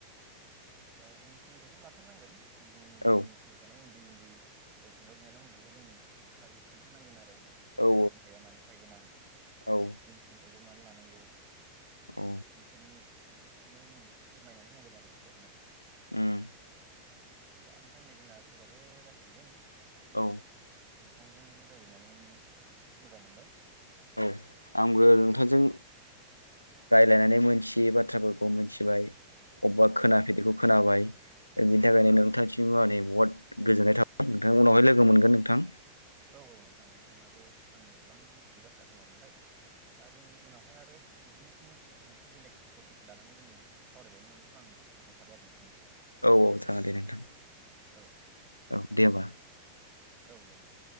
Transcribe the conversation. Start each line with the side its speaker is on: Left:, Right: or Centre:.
Right: दा जों सोलोंथाइखौबो लाथारनांगोन जों
Left: औ
Right: जोंनि फैबाय थानाय उन्दै-उन्दै फंबाय बिनानावमोनखौबो जों खोन्थानांगोन आरो।
Left: औ
Right: बे सोलोंथाइया मानि थाखाय गोनां
Left: औ
Right: जों सोलोंथाइखौ मानो लानांगौ
Left: औ
Right: बेफोरनि बेफोरखौनो जों फोरमायनानै होनांगोन आरो बिसोरनो।
Left: उम।
Right: दा नोंथां नै जोंना सबाबो जासिगोन।
Left: औ।
Right: नोंथांजों रायज्लायनानै मोजां मोनबाय।
Left: औ आंबो नोंथांजों
Right: आरो
Left: रायज्लायनानै मोनथियै बाथ्राफोरखौ मोनथिबाय। अबावबा
Right: औ औ
Left: खोनाफेरैखौ
Right: आंबो
Left: खोनाबाय बिनि
Right: औ
Left: थाखायनो नोंथां सिम आंनि बहुद गोजोननाय थाबाय नोंथां उनावहाय लोगो मोनगोन नोंथां।
Right: औ औ नोंथां नोंथाङाबो आंनो गोबां मिथियै बाथ्रा फोरमायलांबाय। दा जों उनावहाय आरो बिब्दिनो फिन मोनसे बेलेग टपिक लानानै जों सावरायबावनो मोनगोनखौ आं आसा खालामनाय थाबाय आरो नोंथांनिसिम।
Left: औ औ जागोन दे नोंथां
Right: औ
Left: औ दे होमबा।
Right: औ दे नोंथां।